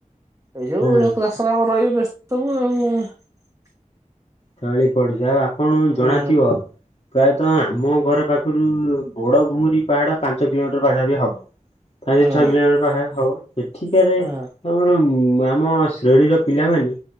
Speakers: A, on the right; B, on the left.
A: ଏଇ ସବୁ
B: ହଁ
A: ଚାଷ କାମ ରହିବେ ବ୍ୟସ୍ତ ସବୁ।
B: ତଳି ପଡୁଛି ଆଉ ଆପଣ
A: ହୁଁ
B: ଜଣାଥିବ। ପ୍ରାୟତଃ ଆମ ଘର ପାଖରୁ ବୋଡ ଘୁମିରି ପାହାଡ ପାଞ୍ଚ କିଲୋମିଟର ପାଖାପି ହବ। ପାଞ୍ଚ
A: ହୁଁ
B: ଛଅ କିଲୋମିଟର ପାଖା ହବ ଏଠିକ ସେ
A: ହୁଁ
B: ଆମର ମା ଆମ ଶ୍ରେଣୀର ପିଲାମାନେେ